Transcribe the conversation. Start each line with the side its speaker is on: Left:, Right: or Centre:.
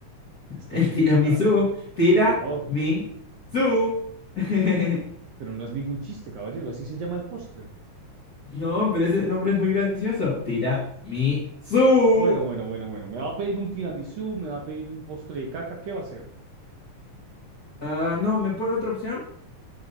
Right: este
Left: El
Right: tipo
Left: tiramisú.
Right: está...
Left: Tiramisú.
Right: No,
Left: <laughs>
Right: pero no es ningún chiste, caballero, así se llama el postre.
Left: No, pero ese nombre es muy gracioso. Tiramisú.
Right: Bueno, bueno, bueno, bueno, me va a pedir un tiramisú, me va a pedir un postre de caca, ¿qué va a hacer
Left: Ah, no, ¿me puede otra opción?